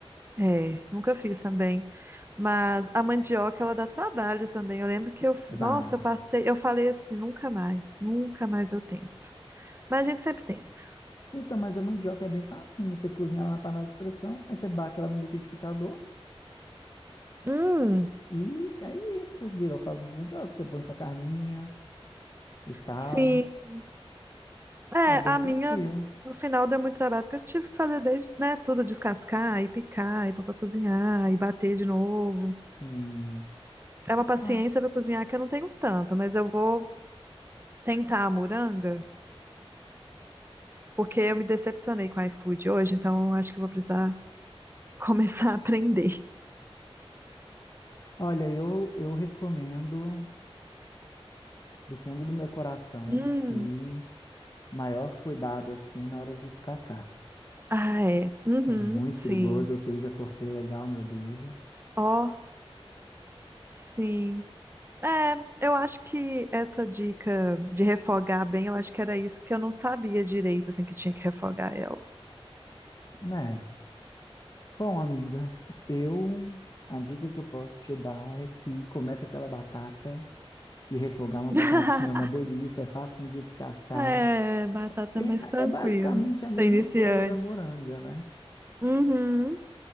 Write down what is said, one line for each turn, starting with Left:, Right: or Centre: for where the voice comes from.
Right: é, nunca fiz também. Mas a mandioca, ela dá trabalho também. Eu lembro que eu, f-
Left: Dá.
Right: nossa, eu passei, eu falei assim, nunca mais, nunca mais eu tento. Mas a gente sempre tenta.
Left: Então, mas a mandioca é bem facinho. Você cozinha ela na panela de pressão, aí você bate ela no liquidificador
Right: Hum,
Left: e é isso. Virou caldinho de mandioca. Você põe sua carninha e tal.
Right: sim. É,
Left: É bem
Right: a
Left: tranquilo.
Right: minha, no final, deu muito trabalho, porque eu tive que fazer desde, né, tudo, descascar e picar, e pôr pra cozinhar, e bater de novo.
Left: Sim.
Right: É uma paciência
Left: Ah,
Right: pra cozinhar que eu não tenho tanta, mas eu vou tentar a moranga. Porque eu me decepcionei com o iFood hoje, então eu acho que eu vou precisar <laughs> começar a aprender.
Left: olha, eu, eu recomendo. do fundo do meu coração
Right: Hum,
Left: que maior cuidado assim na hora de descascar.
Right: Ah, é. Uhum,
Left: É muito
Right: sim.
Left: perigoso, eu sei, já cortei legal meu dedo,
Right: Ó, sim. É, eu acho que essa dica de refogar bem, eu acho que era isso que eu não sabia direito, assim, que tinha que refogar ela.
Left: né? Bom, amiga, <laughs> eu a dica que eu posso te dar é que começa pela batata, que refogar uma
Right: <laughs>
Left: batatinha é uma delícia, é fácil de descascar.
Right: É, batata
Left: Tem-
Right: mais tranquilo.
Left: É basicamente a mesma
Right: Pra iniciantes.
Left: coisa da moranga, né?
Right: Uhum.